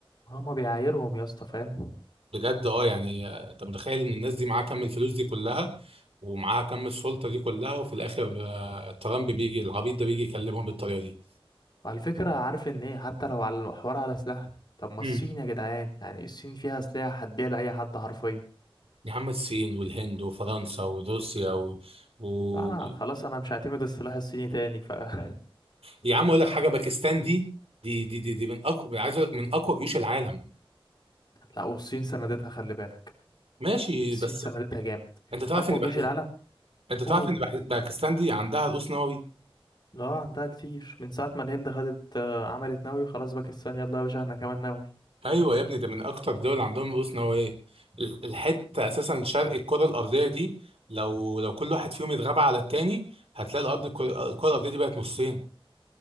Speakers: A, on the left; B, on the right.
A: هما بيعايرهم يا اسطى فاهم
B: بجد اه يعني آه، انت متخيل ان الناس دي معاها كم الفلوس دي كلها ومعاها كم السلطه دي كلها وفي الاخر آه، ترامب بيجي العبيط ده بيجي يكلمهم بالطريقه دي
A: على فكرة عارف ان ايه حتى لو على الحوار على سلاح طب ما
B: مم.
A: الصين يا جدعان يعني الصين فيها سلاح هتبيع لأي حد حرفيا
B: يا عم الصين والهند وفرنسا وروسيا و... و...
A: لا انا خلاص انا مش هعتمد السلاح الصيني تاني ف <laughs>
B: يا عم اقول لك حاجه باكستان دي دي دي دي, دي من اقوى عايز اقول لك من اقوى جيوش العالم
A: لا والصين سندتها خلي بالك
B: ماشي
A: الصين
B: بس
A: سندتها جامد
B: انت تعرف
A: اقوى
B: ان بحز...
A: جيش العالم
B: انت تعرف
A: اوه
B: ان بحز... باكستان دي عندها رؤوس نووي
A: اه عندها كتير من ساعة ما الهند خدت آه، عملت نووي خلاص باكستان يلا يا باشا احنا كمان نووي
B: ايوه يا ابني ده من اكتر دول عندهم رؤوس نوويه ال- الحته اساسا شرق الكره الارضيه دي لو لو كل واحد فيهم اتغاب على التاني هتلاقي الارض الكره الكرة الارضيه دي بقت نصين